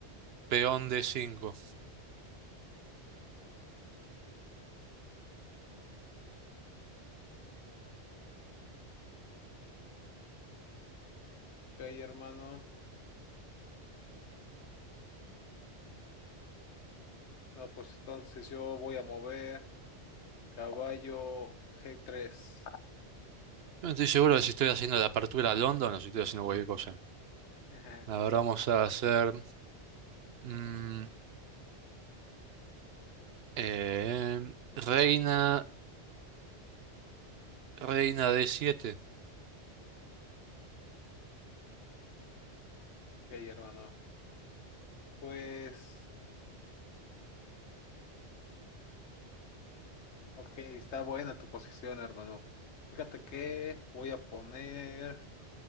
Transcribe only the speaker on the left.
hermano. No, pues entonces yo voy a mover caballo g tres.
Ajá.
Ok, hermano. Pues, ok, está buena tu posición, hermano. Fíjate que voy a poner...